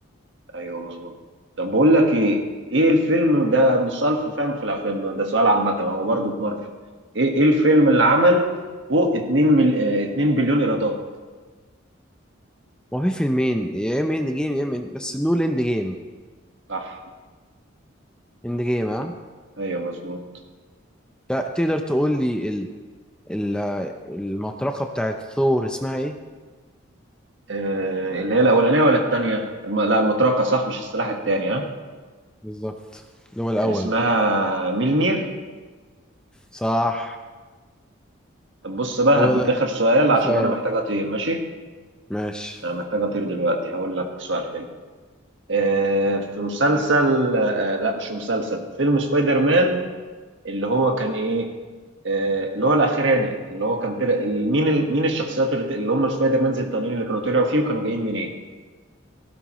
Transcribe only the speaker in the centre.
وفي فيلمين يا اما اند جيم يا اما إند- بس نقول اند جيم
اند جيم اه
ت- تقدر تقول لي ال... ال... المطرقه بتاعت ثور اسمها ايه
بالظبط اللي هو الاول
صح
طب
يلا
اديني
سؤال
ماشي